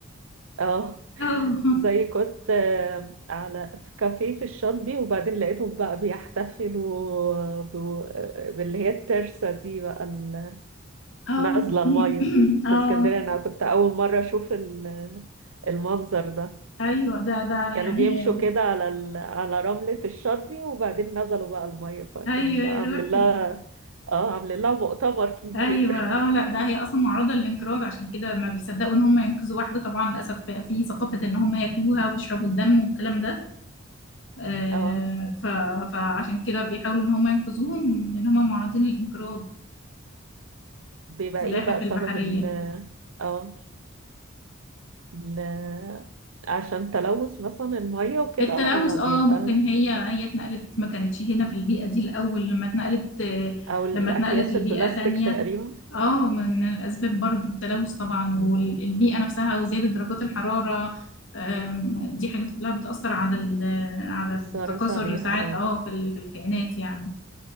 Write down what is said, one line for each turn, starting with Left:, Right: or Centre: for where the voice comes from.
Right: اه
Left: <laughs> اه
Right: زي كنت آه، على في كافيه في الشاطبي وبعدين لقيتهم بقى بيحتفلوا ب- باللي هي الترسة دي بقى ال-
Left: اه
Right: نازلة
Left: <clears throat>
Right: المية
Left: اه
Right: في اسكندرية أنا كنت أول مرة أشوف ال- المنظر ده
Left: ايوه ده ده
Right: كانوا
Left: يعني
Right: بيمشوا
Left: هي
Right: كده على ال... على رملة الشاطبي وبعدين نزلوا بقى المية فكان
Left: ايوه
Right: بقى
Left: يا
Right: عامل
Left: روحي
Right: لها اه عامل لها مؤتمر كبير
Left: ايوه اه لا ده هي اصلا معرضه للانقراض عشان كده ما بيصدقوا ان هم ينقذوا واحده طبعا للاسف في ثقافه ان هم ياكلوها ويشربوا الدم والكلام ده آه
Right: <laughs> اه
Left: ف فعشان كده بيحاولوا ان هم ينقذوهم لان هم معرضين للانقراض
Right: بيبقى
Left: السلاحف
Right: ايه بقى
Left: البحريه
Right: سبب ال اه ل... عشان تلوث مثلا المية وكده
Left: التلوث
Right: ولا
Left: اه
Right: بيبقى
Left: ممكن هي هي اتنقلت ما كانتش هنا في البيئه دي الاول لما اتنقلت آه،
Right: أو الأكياس
Left: لما اتنقلت لبيئه
Right: البلاستيك
Left: تانية
Right: تقريبا
Left: اه من الأسباب برضو التلوث طبعا
Right: مم.
Left: والبيئة نفسها وزيادة درجات الحرارة أم، دي حاجات كلها بتأثر على ال- على التكاثر
Right: أثرت عليها
Left: ساعات
Right: اه
Left: اه في ال- في الكائنات يعني